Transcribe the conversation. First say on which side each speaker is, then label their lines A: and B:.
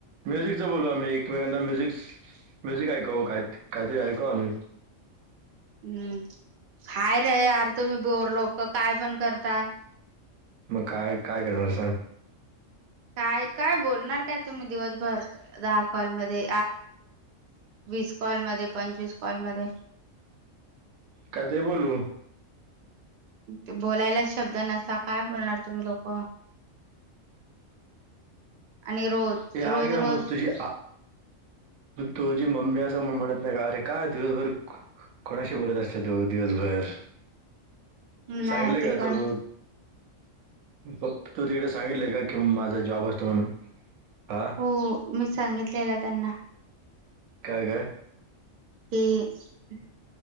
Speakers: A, on the right (about 80°); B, on the right (about 65°).
A: म्युझिकच बोलू आम्ही एकमेकांना म्युझिक म्युझिक ऐक काय काहीतरी ऐकव आम्ही
B: हम्म काय रे यार तुम्ही बोरलोक काय पण करता
A: मग काय काय करणार सांग
B: काय काय बोलणार काय तुम्ही दिवसभर दहा कॉल मधे वीस कॉल म पंचवीस कॉल मध्ये
A: काहीतरी बोलू
B: ते बोलायलाच शब्द नसता काय बोलणार तुम्ही लोक आणि रोज
A: ते आहे
B: रोज
A: ना
B: रोज
A: मग तुझी तुझी मम्मी अस म्हणत नाही का अरे काय दिवसभर कोणाशी बोलत असते तु दिवसभर
B: नाही
A: सांगितलं
B: तिकण
A: का तू तू तिकडे सांगितलले का कि माझा जॉब असतो म्हणून हा
B: हो मी सांगितलेला त्यांना
A: का ग.
B: कि